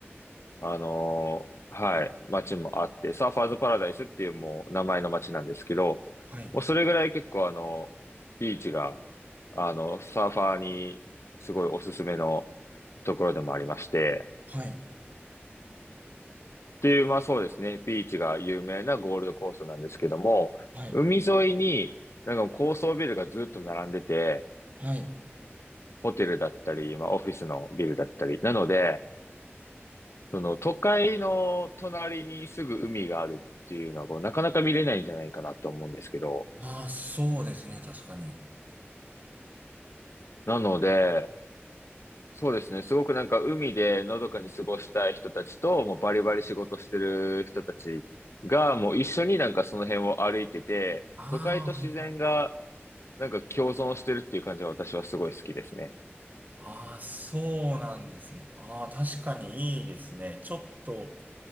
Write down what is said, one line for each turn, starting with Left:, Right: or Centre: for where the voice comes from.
Left: あの、はい、街もあって、サーファーズパラダイスっていうもう名前の街なんですけど、
Right: はい。
Left: もうそれぐらい結構あの、ビーチが、あの、サーファーにすごいおすすめのところでもありまして、
Right: はい。
Left: っていう、まあそうですね、ビーチが有名なゴールドコーストなんですけども、
Right: はい。
Left: 海沿いになんか高層ビルがずっと並んでて、
Right: はい。
Left: ホテルだったり、まあオフィスのビルだったり、なので、その都会の隣にすぐ海があるっていうのはこう、なかなか見れないんじゃないかなと思うんですけど、
Right: ああ、そうですね。確かに。
Left: なので、そうですね。すごくなんか海でのどかに過ごしたい人たちと、もうバリバリ仕事してる人たちが、もう一緒になんかその辺を歩いてて、
Right: ああ、
Left: 都会と自然が
Right: はい。
Left: なんか共存してるっていう感じが私はすごい好きですね。
Right: ああ、そうなんですね。ああ、確かにいいですね。ちょっと、